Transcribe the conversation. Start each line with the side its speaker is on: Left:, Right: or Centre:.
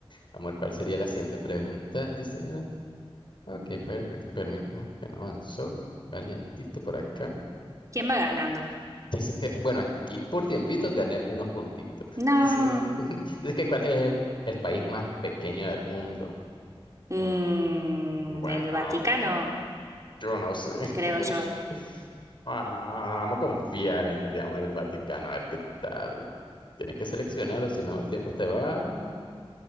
Left: Amor, ¿cuál sería la siguiente pregunta? Dice, ah, ok, perfecto. Permíteme, que no avanzó. valentito por acá.
Right: ¿Quién va ganando?
Left: Dice que, bueno, aquí por tiempitos gané unos puntitos.
Right: No,
Left: Dice, <laughs> dice que cuál es el país más pequeño del mundo.
Right: mm,
Left: Mm, Bueno,
Right: el Vaticano,
Left: yo no sé.
Right: creo
Left: <laughs>
Right: yo.
Left: Ah, Vamos a confiar en, te amor, el Vaticano, a ver qué tal. Tienes que seleccionar o si no el tiempo te va.